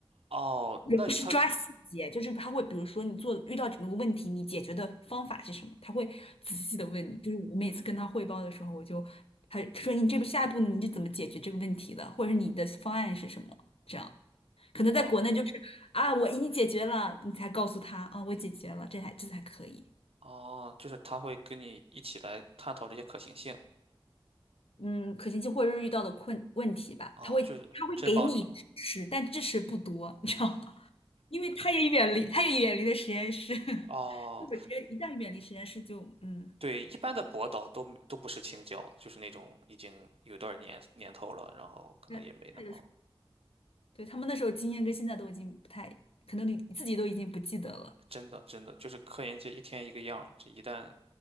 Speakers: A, on the right; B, on the left.
A: 哦，那他
B: 是抓细节，就是他会，比如说你做遇到整个问题，你解决的方法是什么？他会仔细的问你。就是我每次跟他汇报的时候，我就他说你这步下一步你是怎么解决这个问题的，或者是你的方案是什么？这样可能在国内就是啊，
A: 哦
B: 我已经解决了，你才告诉他啊，我解决了，这才这才可以。
A: 哦，就是他会跟你一起来探讨这些可行性。
B: 嗯，可行性或者是遇到的困问题吧，
A: 哦，
B: 他会他会给你支持，
A: 就是真帮你。
B: 但支持不多，你知道吗？因为他也远离，他也远离了实验室。<laughs>
A: 哦，
B: 我觉得一旦远离实验室就，嗯，
A: 对，一般的博导都都不是青椒，就是那种已经有段年年头了，然后可能也没那么
B: 那他就是对他们那时候经验跟现在都已经不太，可能你自己都已经不记得了。
A: 真的真的就是科研界一天一个样儿这一旦